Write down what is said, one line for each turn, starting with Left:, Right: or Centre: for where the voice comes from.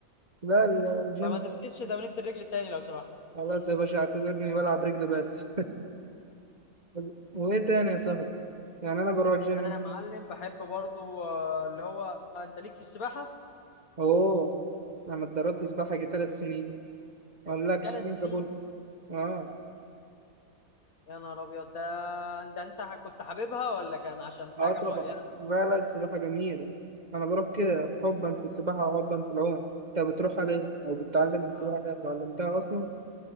Right: لا ال- الجيم
Left: فما تفكسش تمرينة الرجل تاني لو سمحت
Right: خلاص يا باشا اعتبرني بلعب رجل بس <laughs> وإيه تاني يا صاحبي؟ يعني أنا بروح الجيم
Left: انا يا معلم بحب برضو آه، اللي هو انت ليك في السباحة
Right: اوه انا اتدربت سباحه جي ثلاث سنين ما اقولكش
Left: ثلاث
Right: سنين
Left: سنين
Right: كبرت اه
Left: يا نهار ابيض ده ده انت ح- كنت حاببها ولا كان عشان
Right: اه
Left: حاجة
Right: طبعا
Left: معينة
Right: لا لا السباحه جميله انا بروح كده حبا في السباحه وحبا في العوم انت بتروح عليه او بتتعلم السباحه
Left: آه،
Right: ده اتعلمتها اصلا